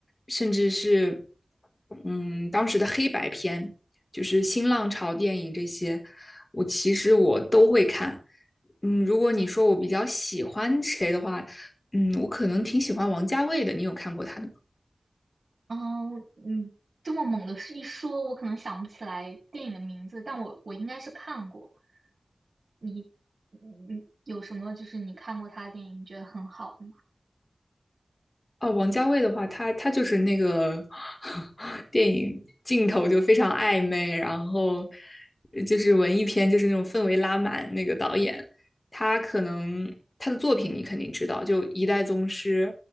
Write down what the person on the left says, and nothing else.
甚至是嗯当时的黑白片，就是新浪潮电影这些，我其实我都会看。嗯，如果你说我比较喜欢谁的话，嗯，我可能挺喜欢王家卫的。你有看过他的
哦，王家卫的话，他他就是那个 <laughs> 电影镜头就非常暧昧，然后就是文艺片，就是那种氛围拉满。那个导演，他可能他的作品你肯定知道，就《一代宗师》，